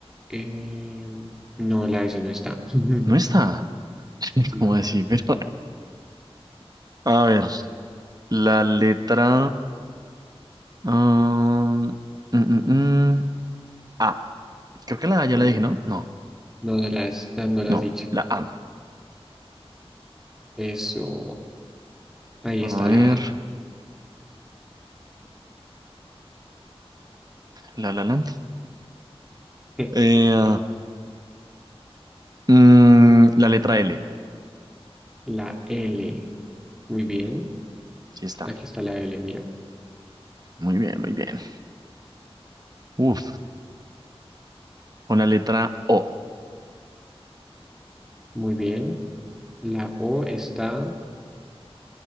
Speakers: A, in the centre; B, on the right (about 40°).
A: eh, no, la S no está. <laughs>
B: No está. <laughs>
A: No.
B: ¿Cómo así? Pero, <laughs> a ver, la letra ah, mm, mm, mm, A. Creo que la A ya
A: muy
B: la
A: bien.
B: dije, ¿no? No,
A: No, no las, ah, no las
B: no,
A: has dicho.
B: la A.
A: Eso. Ahí
B: A
A: está
B: ver.
A: la A.
B: La La Land.
A: <laughs>
B: Eh, mm, la letra L.
A: La L. Muy bien.
B: Sí está.
A: Aquí está la L, mira.
B: Muy bien, muy bien. Uf, con la letra O
A: Muy bien. La O está